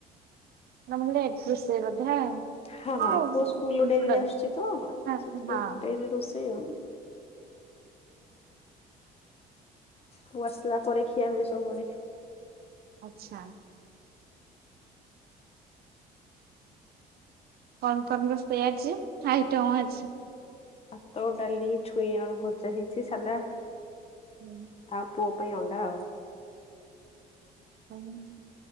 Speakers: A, on the right; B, on the left.
A: <unintelligible> <unintelligible>
B: ହଁ ପୁଅ ସ୍କୁଲ ଡେରିରେ ଆସୁଛି ତ ସେଥିପାଇଁ ଡେରି ରୋଷେଇ ଆଉ। ପୁଅ ଆସିଲା ପରେ ଖିଆ ହୁଏ ସବୁବେଳେ।
A: ଆଚ୍ଛା। କଣ କଣ ରୋଷେଇ ଆଜି ଆଇଟମ ଅଛି?
B: ଭାତ, ଡାଲି, ଛୁଇଁ ଆଳୁ ଭଜା ହେଇଚି, ସାଲା
A: ହୁଁ।
B: ଆଉ ପୁଅ ପାଇଁ ଅଣ୍ଡା ଆଉ।
A: ହୁଁ ହୁଁ।